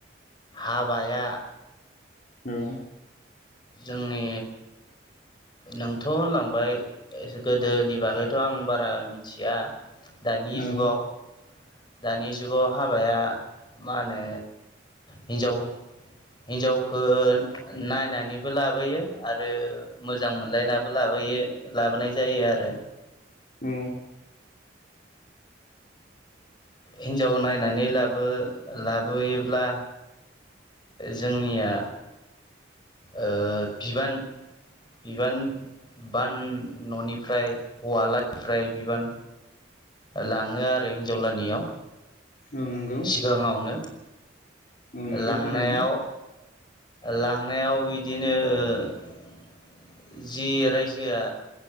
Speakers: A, on the left; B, on the left.
A: हाबाया
B: औ
A: जोंनि नोंथ' होनलांबाय <unintelligible> गोदोनि बागैथ' आं बारा मिथिया दानि
B: औ
A: जुगाव दानि जुगाव हाबाया मा होनो हिन्जाव हिनजावखो नायनानैबो लाबोयो आरो मोजां मोनलायनाबो लाबोयो। लाबोनाय जायो आरो।
B: औ
A: हिनजाव नायनानै लाबो लाबोयोब्ला जोंनिया ओ बिबान बिबान बान न'निफ्राय हौवालानिफ्राय बिबान लाङो आरो हिन्जावलानियाव
B: औ नंगौ
A: सिगाङावनो
B: औ नंगौ
A: लांनायाव
B: थारैनो
A: लां लांनायाव बिदिनो ओ जि रायजोआ